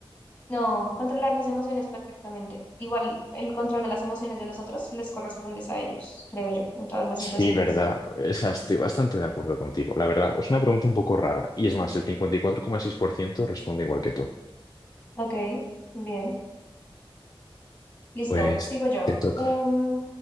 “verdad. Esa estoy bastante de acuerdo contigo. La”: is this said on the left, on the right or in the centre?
Left